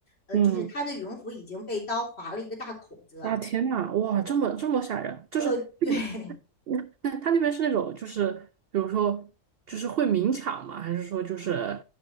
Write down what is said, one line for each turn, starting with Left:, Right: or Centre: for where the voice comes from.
Left: 呃，
Right: 嗯，
Left: 就是他的羽绒服已经被刀划了一个大口子，
Right: 啊，天呐，哇，这么这么吓人，就是是不是
Left: 呃，对，
Right: 但他那边是那种，就是比如说，就是会明抢吗？还是说就是